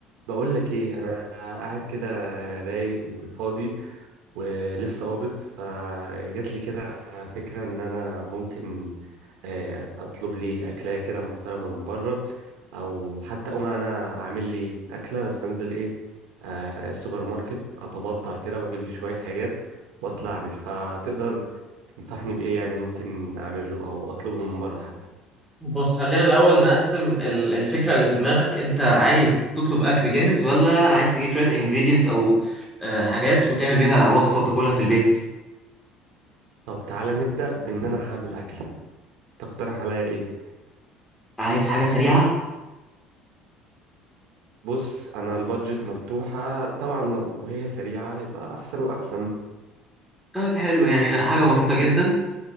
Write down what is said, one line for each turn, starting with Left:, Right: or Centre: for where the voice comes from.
Right: بقول لك ايه انا قاعد كده رايق وفاضي ولسه قابض فجات لي كده فكره ان انا ممكن آه، اطلب لي اكله كده محترمه من بره او حتى اقوم انا اعمل لي اكله بس انزل ايه آه، السوبر ماركت اتبضع كده واجيب لي شويه حاجات واطلع اعمل فتقدر تنصحني بايه يعني ممكن اعمله او اطلبه من بره حتى
Centre: بص خلينا الأول نقسم ال- الفكرة اللي في دماغك أنت عايز تطلب أكل جاهز ولا عايز تجيب شوية ingredients أو آه، حاجات وتعمل بيها وصفة وتاكلها في البيت
Right: طب تعالى نبدا بان انا هعمل اكله تقترح عليا ايه
Centre: عايز حاجة سريعة؟
Right: بص انا البادجت مفتوحة طبعا لو هي سريعة يبقى احسن واحسن
Centre: طيب حلو يعني حاجة بسيطة جدا